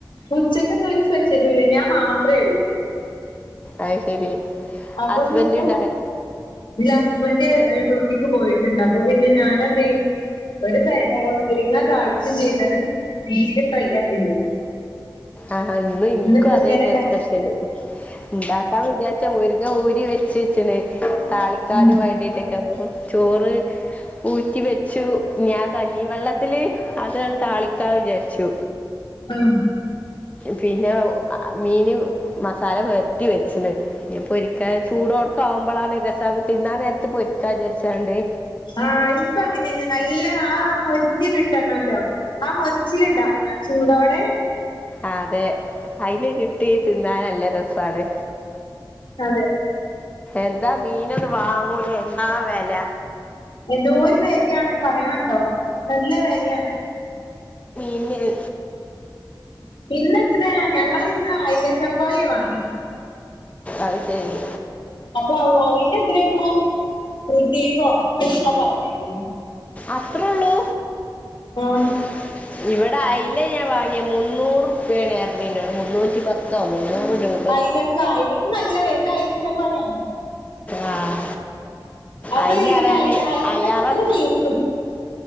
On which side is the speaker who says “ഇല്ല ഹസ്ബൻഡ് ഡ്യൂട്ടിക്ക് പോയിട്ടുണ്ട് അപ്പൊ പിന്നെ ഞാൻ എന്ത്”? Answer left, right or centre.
Left